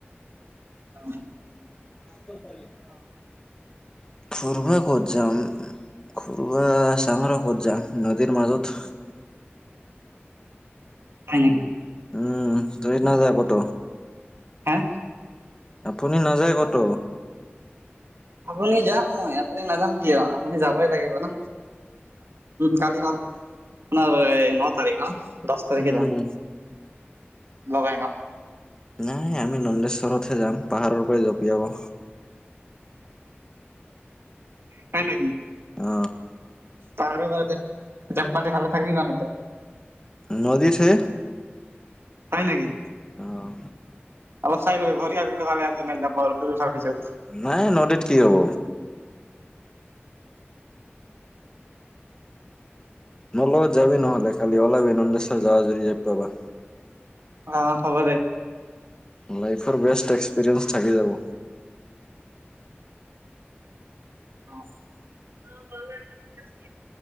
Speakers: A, on the right (about 75°); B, on the left (about 20°).
A: অহ।
B: <unintelligible> ফুৰব ক'ত যাম। ঘৰুৱা চাহৰ ক'ত যাম নদীৰ মাজত।
A: হয় নেকি?
B: উম। তই নেজাও ক'ত?
A: হা
B: আপুনি নাযায় ক'ত?
A: আপুনি যাম মই, আপুনি নাযাম কিয় আপুনি যাবই লাগিব ন? কালি হ'ল আপোনাৰ ন' তাৰিখ। দছ তাৰিখে
B: উম
A: যাম বগাইগাওঁ।
B: নাই আমি নন্দেশ্বৰত'হে যাম পাহাৰৰ পৰা জঁপিয়াব।
A: হয় নেকি?
B: অ।
A: পাহাৰৰ পৰা জাপ মাৰি ভালে থাকিবি মানুহ ত।
B: নদীত হে।
A: হয় নেকি?
B: অহ
A: অলপ চাই লবি <unintelligible>
B: নাই নদীত কি হ'ব। মোৰ লগত যাবি নহ'লে কালি ওলাবি নন্দেশ্বৰ যাও যদি যাব পাবা।
A: অহ হ'ব দে।
B: উম লাইফৰ বেষ্ট এক্সপ্ৰেছ্ থাকি যাব।
A: অহ <unintelligible>